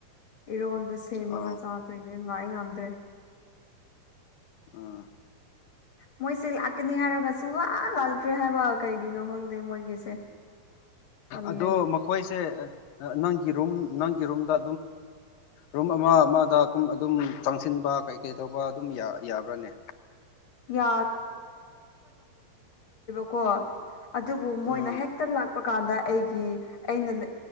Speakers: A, on the left (about 50°); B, on the left (about 75°).
A: ꯏꯔꯣꯜꯗꯨ ꯁꯦꯝꯃꯒ
B: ꯑ
A: ꯆꯥꯗꯣꯏꯅꯦ ꯉꯥꯏ ꯉꯝꯗ꯭ꯔꯦ
B: ꯑꯥ
A: ꯃꯣꯏ ꯁꯤ ꯂꯥꯀꯅꯤ ꯍꯥꯢꯔꯒ ꯁꯨꯛꯂꯥꯛ ꯂꯥꯛ ꯇ꯭ꯔꯦ ꯍꯥꯏꯕ ꯀꯩꯒꯤꯅꯣ ꯈꯪꯗꯦ ꯃꯣꯏꯒꯤꯁꯦ ꯇꯜꯂꯦ
B: ꯑꯗꯣ ꯃꯈꯣꯏꯁꯦ ꯅꯪ ꯔꯨꯝ ꯅꯪꯒꯤ ꯔꯨꯝꯗ ꯔꯨꯝ ꯑꯃ ꯑꯃꯗ ꯑꯗꯨꯝ ꯑꯗꯨꯝ ꯆꯪꯁꯤꯟꯕ ꯇꯧꯕ ꯑꯗꯨꯝ ꯌꯥ ꯌꯥꯕ꯭ꯔꯥꯅꯦ
A: ꯌꯥ ꯀꯣ ꯑꯗꯨꯕꯨ ꯃꯣꯏꯅ
B: ꯎꯝ
A: ꯍꯦꯛꯇ ꯂꯥꯛꯄ ꯀꯥꯟꯗ ꯑꯩꯒꯤ ꯑꯩꯅ